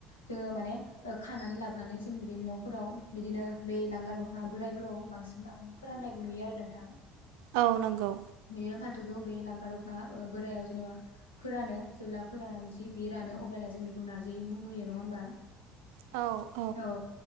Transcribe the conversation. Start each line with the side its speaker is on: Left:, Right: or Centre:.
Left: जोङो माने ओ खानानै लाब नानै जों बिदिनो न'फोराव बिदिनो बै लांगा दख'ना बोराइफोराव बांसिन आं फोराननायखौ नुयो आरो नोंथां। <inaudible>
Right: औ नंगौ।
Left: बिदिनो फाथोखौ बे लांगा दख'ना ओ बोराइयाव जेनेबा फोरानो जेब्ला फोराननानै जि बे रानो अब्लाना जों बेखौ नारजि मुं होयो नङा होमबा?
Right: औ।
Left: औ। ओ